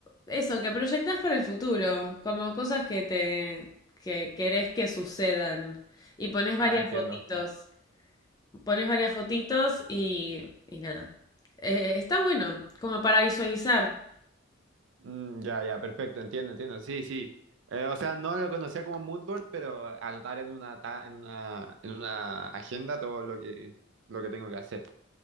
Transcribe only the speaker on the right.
Ah,
entiendo.
Mm, ya, ya, perfecto, entiendo, entiendo. Sí, sí. Eh, o sea, no lo conocía como moodboard, pero anotar en una ta- en una en una agenda todo lo que lo que tengo que hacer.